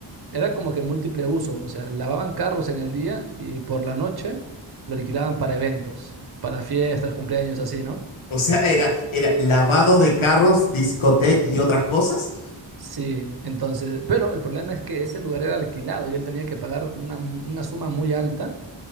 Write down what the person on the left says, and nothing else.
O sea, era, era lavado de carros, discoteca
y otras cosas.